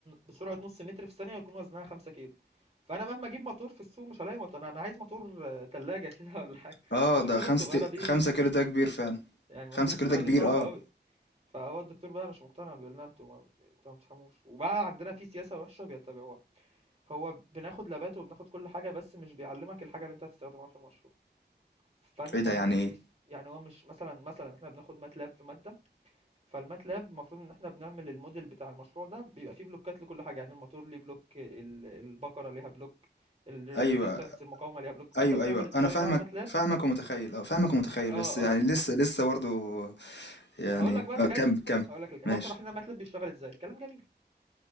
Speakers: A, on the right; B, on the left.
A: بسرعة نص متر في الثانية يكون وزنها خمسة كيلو فأنا مهما أجيب موتور في السوق مش هلاقي موتور أنا أنا عايز موتور آه، تلاجة <laughs> كده ولا حاجة
B: اه
A: المواتير
B: ده خمسة
A: الصغيرة
B: ت...
A: دي
B: خمسة كيلو ده كبير فعلا
A: يعني المواتير
B: خمسة
A: الصغيرة
B: كيلو ده كبير
A: دي صعبة
B: اه
A: أوي فهو الدكتور بقى مش مقتنع بيقول لنا أنتوا ما أنتوا ما بتفهموش وبقى عندنا في سياسة وحشة بيتبعوها هو بناخد لابات وبناخد كل حاجة بس مش بيعلمك الحاجة اللي أنت هتستخدمها في المشروع فأنت
B: ايه ده
A: م-
B: يعني ايه
A: بيس- يعني هو مش مثلا مثلا إحنا بناخد ماتلاب في مادة فالماتلاب المفروض ان احنا بنعمل الموديل بتاع المشروع ده بيبقى فيه بلوكات لكل حاجه يعني الموتور ليه بلوك ال- البقره ليها بلوك الريزيستنس
B: ايوه
A: المقاومه ليها بلوك فانت
B: ايوه
A: بتعمل
B: ايوه
A: الديزاين
B: انا فاهمك
A: ده على ماتلاب
B: فاهمك ومتخيل اه فاهمك ومتخيل
A: اه
B: بس يعني
A: اه
B: لسه لسه برضو يعني
A: انا هقول لك بقى اللي
B: اه
A: جاي
B: كمل كمل
A: هقول لك اللي جاي
B: ماشي
A: هو شرح لنا ماتلاب بيشتغل ازاي كلام جميل